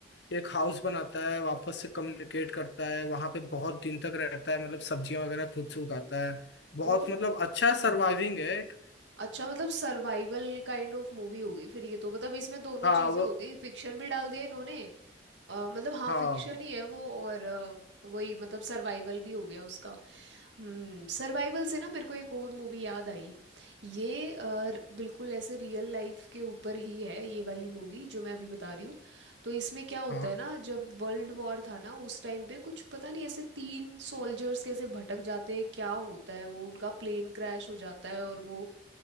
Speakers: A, on the left; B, on the right.
A: एक हाउस बनाता है वापस से कम्युनिकेट करता है वहां पे बहुत दिन तक रहता है मतलब सब्जियां वगैरह खुद से उगाता है बहुत
B: ओ
A: मतलब अच्छा सर्वाइविंग है एक
B: अच्छा मतलब सर्वाइवल काइंड ऑफ मूवी होगी फिर ये तो मतलब इसमें दोनों
A: हाँ
B: चीजें
A: वो
B: हो गई फिक्शन भी डाल दिया इन्होंने अ, मतलब हाँ
A: हाँ
B: फिक्शन ही है वो और अ, वही मतलब सर्वाइवल भी हो गया उसका हम्म सर्वाइवल से ना मेरे को एक और मूवी याद आई ये अ, बिल्कुल ऐसे रियल लाइफ के ऊपर ही है ये वाली मूवी जो मैं अभी बता रही हूँ तो इसमें क्या होता
A: हाँ
B: है ना जब वर्ल्ड वॉर था ना उस टाइम पे कुछ पता नहीं ऐसे तीन सोल्जर्स कैसे भटक जाते हैं क्या होता है वो उनका प्लेन क्रैश हो जाता है और वो